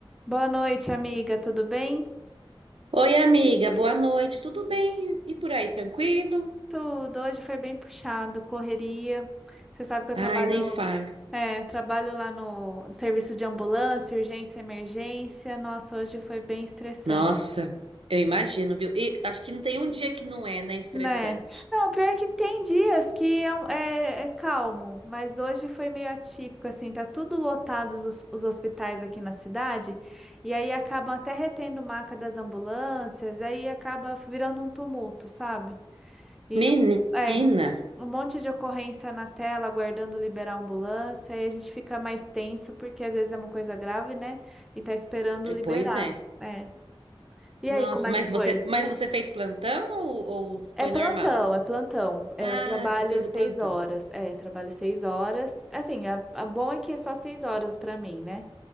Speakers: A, in the centre; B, on the right.
A: Boa noite, amiga. Tudo bem?
B: Oi, amiga, boa noite. Tudo bem? E por aí, tranquilo?
A: Tudo. Hoje foi bem puxado, correria. Você sabe que eu
B: Ai,
A: trabalho,
B: nem fale.
A: é, trabalho lá no no serviço de ambulância, urgência, emergência. Nossa, hoje foi bem estressante,
B: Nossa, eu imagino, viu? E acho que não tem um dia que não é, né, estressante.
A: né? Não, pior é que tem dias que é, um- é- é calmo, mas hoje foi meio atípico, assim, tá tudo lotado os, os hospitais aqui na cidade, e aí acabam até retendo maca das ambulâncias, aí acaba virando um tumulto, sabe? E
B: Menina,
A: é, um monte de ocorrência na tela, aguardando liberar a ambulância, aí a gente fica mais tenso, porque às vezes é uma coisa grave, né? E tá esperando
B: eh,
A: liberar.
B: pois é.
A: É. E
B: Nossa,
A: aí, como é
B: mas
A: que
B: você,
A: foi?
B: mas você fez plantão ou, ou
A: É
B: foi
A: plantão,
B: normal?
A: é plantão. É,
B: Ah,
A: eu trabalho
B: você fez
A: seis
B: o plantão.
A: horas. É, eu trabalho seis horas. Assim, a, a bom é que é só seis horas pra mim, né?